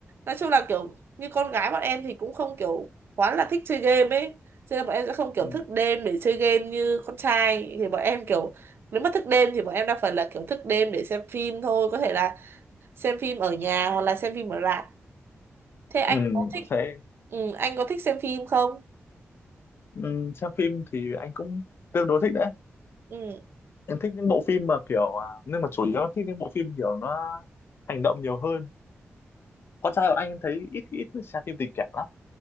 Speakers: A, on the right (about 55°); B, on the left (about 55°).
A: nói chung là kiểu như con gái bọn em thì cũng không kiểu quá là thích chơi game ấy cho nên bọn em sẽ không kiểu
B: ừ.
A: thức đêm để chơi game như con trai thì bọn em kiểu nếu mà thức đêm thì bọn em đa phần là kiểu thức đêm để xem phim thôi có thể là xem phim ở nhà hoặc là xem phim ở rạp thế anh
B: Ừ.
A: có thích
B: Thế,
A: ừ, anh có thích xem phim không
B: ừ. xem phim thì anh cũng tương đối thích đấy
A: ừ
B: anh thích những bộ phim mà kiểu à, nhưng mà chủ yếu là thích những bộ phim kiểu nó hành động nhiều hơn con trai bọn anh thấy ít ít xem phim tình cảm lắm